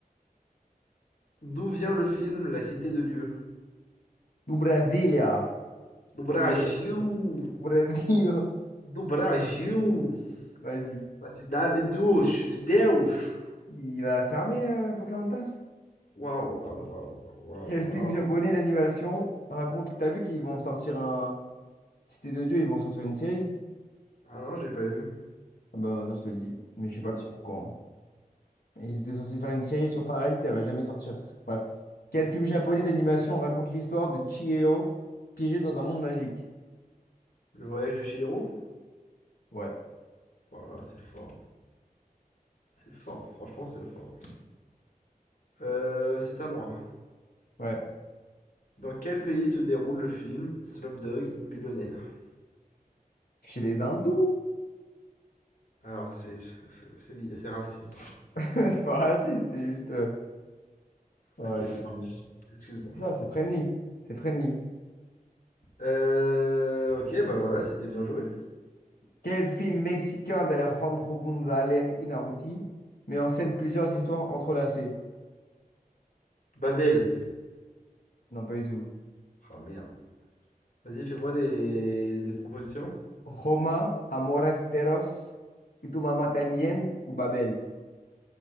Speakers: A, on the left; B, on the left.
A: d'où vient le film La Cité de Dieu?
B: Du Brasilia.
A: Do Brasil!
B: Du Rio. Brasil.
A: Do Brasil!
B: <laughs> Vas-y.
A: La Cidade de Deus! De Deus!
B: Il va fermer euh, Pocahontas?
A: Waouh, waouh,
B: Enfin,
A: waouh, waouh, waouh.
B: Quel
A: waouh.
B: <laughs> film japonais d'animation raconte... T'as vu qu'ils vont sortir un... Cité de Dieu, ils vont sortir une série?
A: Ah non, j'ai pas vu.
B: Ah bah attends, je te le dis, mais je sais pas
A: Ah,
B: pourquoi.
A: si.
B: Ils étaient censés faire une série sur Parasite, elle va jamais sortir. Bref. Quel film japonais d'animation raconte l'histoire de Chihiro piégé dans un monde magique?
A: Le voyage de Chihiro
B: Ouais,
A: Voilà, c'est fort. C'est fort. Franchement, c'est fort. Euh, c'est à moi.
B: ouais.
A: Dans quel pays se déroule le film Slumdog Millionnaire
B: Chez les hindous?
A: Alors, c'est c'est- c'est raciste.
B: <laughs> C'est pas raciste, c'est juste... euh, Ouais,
A: hein. Ok, c'est-
B: c'est...
A: bon. excuse-moi.
B: Ça, c'est friendly. C'est friendly.
A: Euh, ok, bah voilà, c'était bien joué.
B: Quel film mexicain d'Alejandro González Inarritu met en scène plusieurs histoires entrelacées?
A: Babel.
B: Non, pas du tout.
A: Ah merde. Vas-y, fais-moi des... des propositions.
B: Roma, Amores Perros, Y tu mamá también, ou Babel?